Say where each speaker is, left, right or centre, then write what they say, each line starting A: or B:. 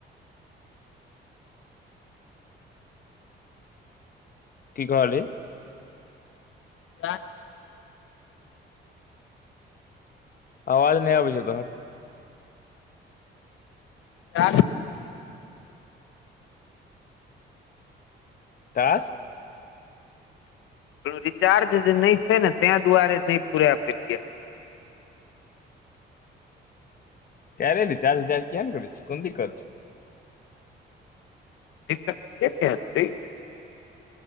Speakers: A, on the left; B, on the left.
A: की कहली
B: <inaudible>
A: आवाज नहि आबै छै तोहर
B: <unintelligible>
A: विकास
B: रिचार्ज जे नहि छै ने तै दुआरे नहि पूरा पेलिये
A: कैरे बिचार उचार किए नहि करै छि कोन दिक्कत छै
B: दिक्कत <unintelligible>